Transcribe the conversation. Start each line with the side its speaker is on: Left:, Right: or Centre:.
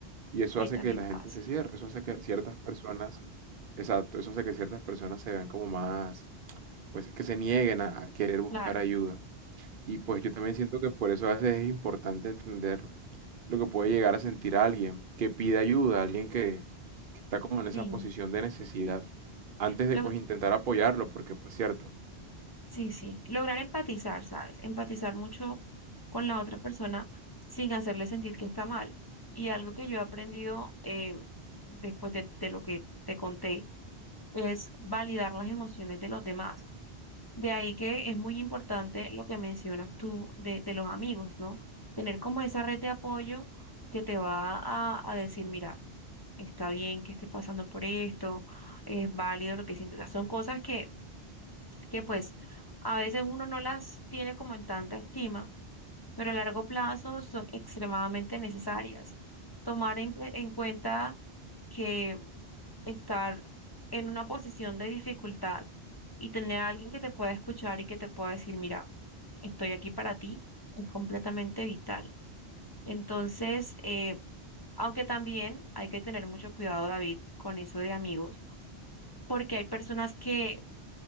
Right: y eso
Left: Sí,
Right: hace
Left: también
Right: que la
Left: pasa.
Right: gente se cierre, eso hace que ciertas personas, exacto, eso hace que ciertas personas se vean como más, pues que se nieguen a, a querer buscar
Left: Claro.
Right: ayuda. Y pues yo también siento que por eso a veces es importante entender lo que puede llegar a sentir alguien que pide ayuda, alguien que, que está como en esa
Left: Sí.
Right: posición de necesidad, antes
Left: Lo-
Right: de pues intentar apoyarlo, porque pues cierto.
Left: sí, sí. Lograr empatizar, ¿sabes? Empatizar mucho con la otra persona sin hacerle sentir que está mal. Y algo que yo he aprendido eh, después de, de lo que te conté es validar las emociones de los demás. De ahí que es muy importante lo que mencionas tú de, de los amigos, ¿no? Tener como esa red de apoyo que te va a, a decir, mira, está bien que estés pasando por esto, es válido lo que sientes. O sea, son cosas que, que pues a veces uno no las tiene como en tanta estima, pero a largo plazo son extremadamente necesarias. Tomar en, en cuenta que estar en una posición de dificultad y tener a alguien que te pueda escuchar y que te pueda decir, mira, estoy aquí para ti, es completamente vital. Entonces, eh, aunque también hay que tener mucho cuidado, David, con eso de amigos, porque hay personas que,